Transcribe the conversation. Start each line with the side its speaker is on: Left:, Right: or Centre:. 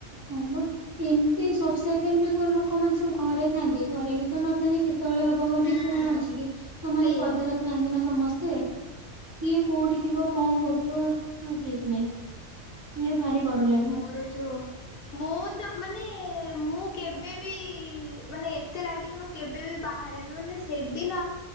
Right: ହଁ ବା। ଏମତି ସବୁ ସେଇଟାଇମ୍ ରେ କଣ ଲୋକମାନେ ସବୁ ଘରେ ଥାନ୍ତି ଘରେ ବି ତ ନଥାନ୍ତି କେତେବେଳେ ହ ବ
Left: ହୁଁ
Right: ଠିକ ଠିକଣା ଅଛି କି ସେମାନେ
Left: ସେଇଆ।
Right: ପଦାରେ। ଥାନ୍ତି ନା ସମସ୍ତେ କିଏ କୋଉଠି ଥିବ କଣ କରୁଥିବ ହଁ ଠିକ ନାଇଁ। ଇଏ ଭାରି ଡର ଲାଗେ।
Left: ମୋରୋ ଯୋଉ ମୁଁ ତ ମାନେ ମୁଁ କେବେବି ମାନେ ଏତେ ଲାଇଟିଂରୁୁ କେବେବି ବାହାରେନି ମାନେ ସେଦିନ